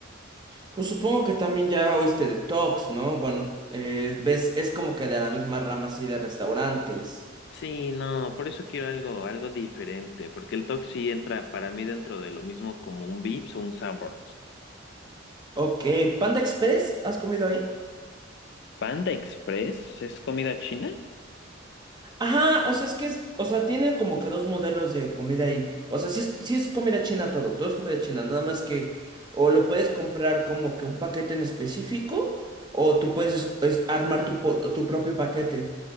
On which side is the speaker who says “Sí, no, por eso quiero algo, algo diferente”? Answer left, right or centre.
Left